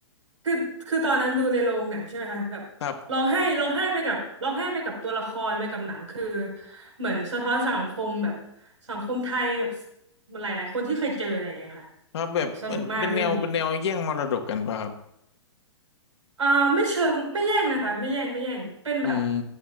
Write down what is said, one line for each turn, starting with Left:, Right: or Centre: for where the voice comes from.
Right: คือคือตอนนั้นดูในโรงหนังใช่ไหมคะแบบร้องไห้ร้องไห้ไปกับร้องไห้ไปกับตัวละครไปกับหนังคือ
Left: ครับ
Right: เหมือนสะท้อนสังคมแบบสังคมไทยแบบหลายๆคนที่เคยเจออะไรอย่างเงี้ยค่ะ
Left: ครับแบบเป็นเป็นแนวเป็นแนวแย่งมรดกกันป่ะครับ
Right: โหสนุกมากเรื่องนี้ อ่าไม่เชิงไม่แย่งนะคะไม่แย่งไม่แย่งเป็นแบบ
Left: อืม